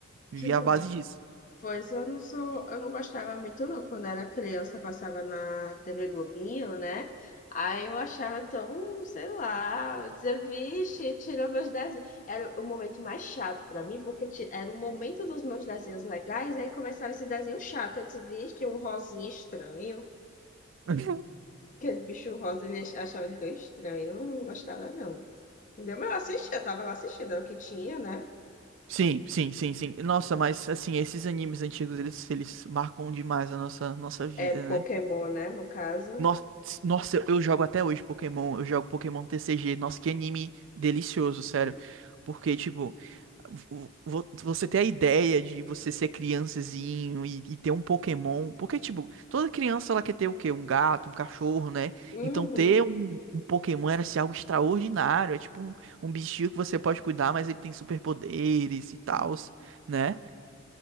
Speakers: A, on the right; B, on the left.
A: Vivia
B: que lá.
A: à base disso.
B: Pois eu não sou, eu não gostava muito não. Quando era criança, passava na TV Globinho, né? Aí eu achava tão, sei lá, eu dizia, vixe, tirou meus desenhos. Era o momento mais chato pra mim, porque ti- era o momento dos meus desenhos legais, aí começava esse desenho chato. Eu disse, vixe, um rosinha estranho.
A: <laughs>
B: Aquele bicho rosa, ele ach- achava ele tão estranho. Eu não gostava, não. Entendeu? Mas eu assistia, eu tava lá assistindo, era o que tinha, né?
A: Sim, sim, sim, sim. Nossa, mas assim, esses animes antigos, eles, eles marcam demais a nossa, nossa vida,
B: É Pokémon,
A: né?
B: né, no caso.
A: Nossa, nossa, eu jogo até hoje Pokémon, eu jogo Pokémon TCG. Nossa, que anime delicioso, sério. Porque, tipo, vo- vo- você ter a ideia de você ser criançazinho e, e ter um Pokémon. Porque, tipo, toda criança ela quer ter o quê? Um gato, um cachorro, né?
B: Uhum.
A: Então, ter um, um Pokémon era assim, algo extraordinário. É tipo um, um bichinho que você pode cuidar, mas ele tem superpoderes e tal, né?